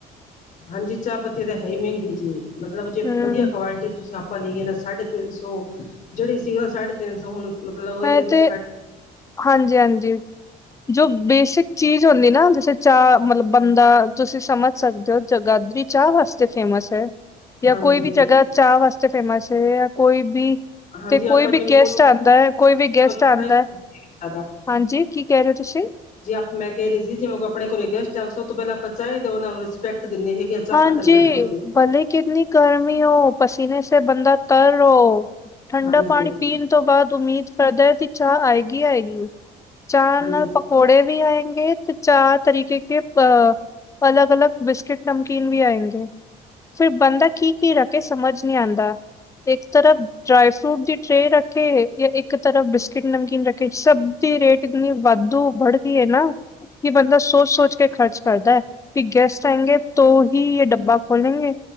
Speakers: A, on the left (about 55°); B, on the left (about 20°).
A: ਹਾਂਜੀ ਚਾਅ ਪੱਤੀ ਤੇ ਹੈਈ ਮਹਿੰਗੀ ਜੀ ਮਤਲਬ ਜੇ
B: ਹੂੰ
A: ਵਧੀਆ ਕੁਆਲਿਟੀ ਤੁਸੀ ਅਪ ਆਪਾਂ ਲਈਏ ਨਾ ਸਾਡੇ ਤਿੰਨ ਸੌ, ਜਿਹੜੀ ਸੀਗਾ ਸਾਡੇ ਤਿੰਨ ਸੌ ਹੁਣ ਮਤਲਬ
B: ਮੈਂ
A: ਇੱਧਰ
B: ਤੇ, ਹਾਂਜੀ-ਹਾਂਜੀ, ਜੋ ਬੇਸਿਕ ਚੀਜ ਹੁੰਦੀ ਨਾ, ਜੈਸੇ ਚਾਅ ਮਤਲਬ ਬੰਦਾ ਤੁਸੀ ਸਮਝ ਸਕਦੇ ਓ, ਜਗਾਦਰੀ ਚਾਅ ਵਾਸਤੇ ਫੇਮਸ ਐ। ਯਾ
A: ਹਾਂਜੀ
B: ਕੋਈ ਵੀ ਜਗਾ ਚਾ ਵਾਸਤੇ ਫੇਮਸ ਐ, ਯਾ ਕੋਈ ਬੀ 'ਤੇ
A: ਹਾਂਜੀ ਆਪਾਂ
B: ਕੋਈ ਵੀ
A: ਜਿਵੇਂ
B: ਗੈਸਟ ਆਂਦੈ, ਕੋਈ ਵੀ ਗੈਸਟ
A: ਜ਼ਿਆਦਾ
B: ਆਂਦੈ। ਹਾਂਜੀ ਕੀ ਕੈ ਰੇ ਓ ਤੁਸੀਂ?
A: ਜੇ ਆਪ ਮੈਂ ਕੈ ਰੀ ਸੀ ਜਿਵੇਂ ਕੋ ਆਪਣੇ ਘਰੇ ਗੈਸਟ ਆਵ ਸੋ ਤੋਂ ਪੈਲਾਂ ਆਪਾਂ ਚਾਏ ਦੋ ਓਨਾਂ ਨੂੰ ਰਿਸਪੈਕਟ ਦੇਨੇ ਹੈਗੇ ਆ। ਚਾਹ
B: ਹਾਂਜੀ
A: ਖਾਤਰ ਬੈਠੋ ਜੀ
B: ਭਲੇ ਕਿਤਨੀ ਗਰਮੀ ਓ, ਪਸੀਨੇ ਸੇ ਬੰਦਾ ਤਰ ਓ। ਠੰਡਾ
A: ਹਾਂਜੀ
B: ਪਾਣੀ ਪੀਨ ਤੋ ਬਾਦ ਉਮੀਦ ਕਰਦੈ ਕਿ ਚਾ ਆਏਗੀ-ਆਏਗੀ। ਚਾ
A: ਹਾਂਜੀ
B: ਨਾਲ ਪ ਕੌੜੇ ਵੀ ਆਏਂਗੇ 'ਤੇ ਚਾਰ ਤਰੀਕੇ ਕੇ ਅ ਅਲੱਗ-ਅਲੱਗ ਬਿਸਕਿਟ ਨਮਕੀਨ ਵੀ ਆਏਂਗੇ, ਫਿਰ ਬੰਦਾ ਕੀ-ਕੀ ਰੱਖੇ ਸਮਝ ਨੀ ਆਂਦਾ। ਇੱਕ ਤਰਫ਼ ਡਰਾਏ ਫਰੂਟ ਦੀ ਟਰੇਅ ਰੱਖੇ ਜਾਂ ਇੱਕ ਤਰਫ਼ ਬਿਸਕਿਟ, ਨਮਕੀਨ ਰੱਖੇ ਸਭ ਦੀ ਰੇਟ ਇਤਨੀ ਵਾਧੂ ਬੜਦੀ ਏ ਨਾ ਕਿ ਬੰਦਾ ਸੋਚ-ਸੋਚ ਕੇ ਖ਼ਰਚ ਕਰਦੈਂ ਵੀ ਗੈਸਟ ਆਏਂਗੇ ਤੋਂ ਹੀ ਯੇ ਡੱਬਾ ਖੋਲੇਗੇ